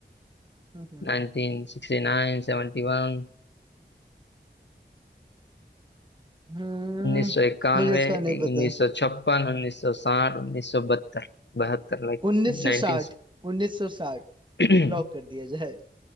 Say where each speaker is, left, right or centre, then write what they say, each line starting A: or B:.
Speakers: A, on the right (about 25°); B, on the left (about 75°).
A: हम्म,
B: नाइनटीन सिक्सटी नाइन सेवेंटी वन
A: हम्म,
B: उन्नीस सौ इक्यानवे
A: मुझे इसका नहीं
B: उन्नीस
A: पता
B: सौ छप्पन उन्नीस सौ साठ उन्नीस सौ बहत्तर बहत्तर लाइक
A: 1960
B: नाइनटीन
A: 1960
B: <clears throat>
A: लॉक कर दिया जाए